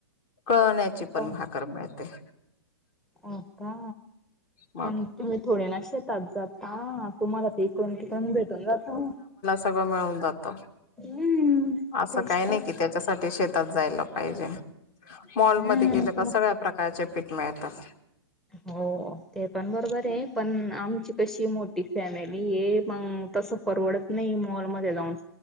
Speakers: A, on the left (about 40°); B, in the centre.
A: कळण्याची पण
B: हो
A: भाक कर मिळते.
B: हो का
A: मग
B: पण तुम्ही थोडे ना शेतात जाता. तुम्हाला त इकडुन तिकडून भेटून जातं.
A: सगळ मिळून जात
B: हम्म.
A: असं
B: तेच
A: काही नाही
B: तर
A: कि त्याच्यासाठी शेतात जायला पाहिजे मॉलमध्ये
B: हम्म
A: गेले तर
B: मग
A: सगळ्या प्रकारचे पीठ मिळतात.
B: हो ते पण बरोबर आहे. पण आमची कशी मोठी फॅमिली आहे मग तस परवडत नाही मॉलमध्ये जाऊन‌.